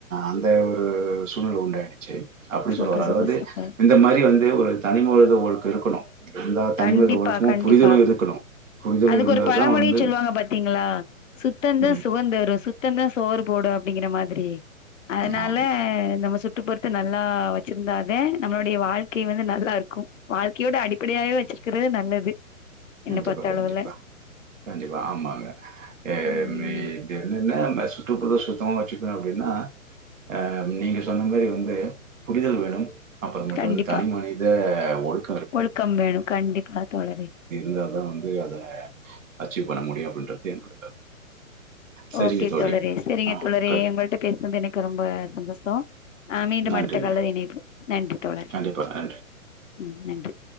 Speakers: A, on the right; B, on the left.
A: அந்த ஒரு சூழ்நில உண்டு சேரி அப்டி
B: சூப்பர்
A: சொல்லுவாரு அதாவது
B: சூப்பர் சூப்பர்
A: இந்த மாரி வந்து ஒரு தனிமொழுது உங்களுக்கு இருக்கணும் இருந்தா தனிமனித
B: கண்டிப்பா
A: ஒழுக்கமும்,
B: கண்டிப்பா
A: புரிதலும் இருக்கணும். புரிதலும்
B: அதுக்கு
A: இருந்தா
B: ஒரு பழமொழி
A: தான் வந்து
B: சொல்லுவாங்க பாத்தீங்களா சுத்தம் தான்
A: ம்.
B: சுகந்தரும் சுத்த சுத்தம்தா சோறு போடும் அப்படிங்கிற மாதிரி அதனால
A: ஆமாங்க.
B: நம்ம சு பொறுத்து நல்லா வச்சிருந்தாத நம்மளுடைய வாழ்க்கை வந்து நல்லா இருக்கும் வாழ்க்கை <unintelligible> அடிப்படைய இருக்கிறது நல்லது என்ன
A: கண்டிப்பா
B: பொறுத்தளவுல
A: கண்டிப்பா கண்டிப்பா ஆமாங்கஹ <unintelligible>
B: ம்
A: சுற்றுப்புறத்த சுத்தமா வச்சுக்கணும் அப்டின்னா அஹ் நீங்க சொன்ன மாதிரி வந்து புரிதல் வேணும் அப்புறம் மட்டும்
B: கண்டிப்பா
A: வந்து தனி மனித ஆ ஒல்
B: ஒழுக்கம் வேணும் கண்டிப்பா தோழரே
A: அத அத வந்து அத அச்சீவ் பண்ண முடியும் அப்படின்றது என்னோட கருத்து சரிங்க
B: ஓகே
A: தோழி
B: தோழரே சரிங்க
A: ஆ
B: தோழரே
A: கட்
B: உங்கள்கிட்ட பேசனது எனக்கு ரொம்ப சந்தோசம் ஆஹ் மீண்டும்
A: நன்றிங்க
B: அடுத்த கால இனைப்ப நன்றி தோழரே
A: கண்டிப்பா நன்றி
B: உம் நன்றி